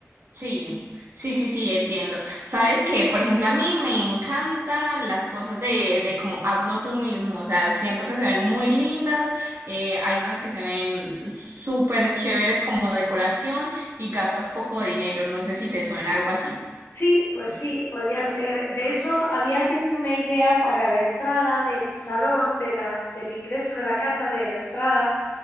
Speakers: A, on the right (about 55°); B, on the left (about 55°).
A: Sí, sí, sí, sí, entiendo. Sabes que, por ejemplo, a mí me encantan las cosas de, de como hazlo tú mismo. O sea, siento que se ven muy lindas. eh, hay unas que se ven súper chéveres como decoración y gastas poco dinero. No sé si te suena algo así.
B: Sí, pues sí, podría ser. De eso había tenido una idea para la entrada del salón, de la- del ingreso de la casa, de la entrada.